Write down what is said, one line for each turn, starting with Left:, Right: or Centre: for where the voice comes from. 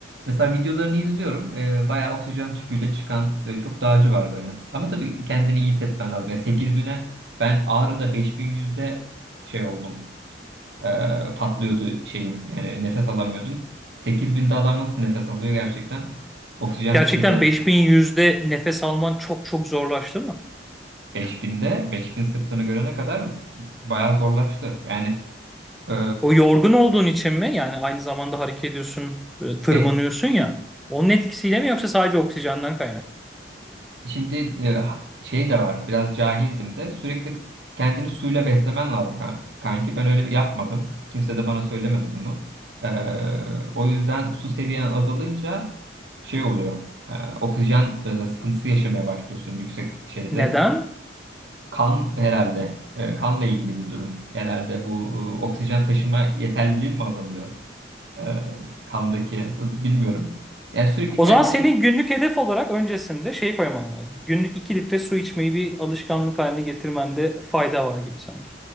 Right: mesela videolarını izliyorum. E, bayağı oksijen tüpüyle çıkan e, çok dağcı var böyle. Ama tabii kendini iyi hissetmen lazım. Yani 8000'e ben Ağrı'da 5100'de şey oldum. Ee, patlıyordu şeyim. Ee, nefes alamıyordum. 8000'de adam nasıl nefes alıyor gerçekten? Oksijen
Centre: Gerçekten
Right: tüpüyle
Centre: beş bin yüzde nefes alman çok çok zorlaştı mı?
Right: 5000'de 5000 sırtını görene kadar bayağı zorlaştı. Yani e,
Centre: O yorgun olduğun için mi? Yani aynı zamanda hareket ediyorsun, e, tırmanıyorsun
Right: be-
Centre: ya. Onun etkisiyle mi yoksa sadece oksijenden kaynak?
Right: şimdi e, ha- şey de var. Biraz cahildim de sürekli kendini suyla beslemen lazım kan- kanki. Ben öyle yapmadım. Kimse de bana söylemedi bunu. Ee, o yüzden su seviyen azalınca şey oluyor. Ee, oksijen e, sıkıntısı yaşamaya başlıyorsun yüksek şeyde
Centre: Neden?
Right: Kan herhalde. E, kanla ilgili bir durum. Herhalde bu e, oksijen taşıma yeterliliği mi azalıyor? E, kandaki bilmiyorum. Yani sürekli
Centre: O
Right: kendini
Centre: zaman senin günlük hedef olarak öncesinde şey koyman lazım. Günlük 2 litre su içmeyi bir alışkanlık haline getirmende fayda var gibi sanki.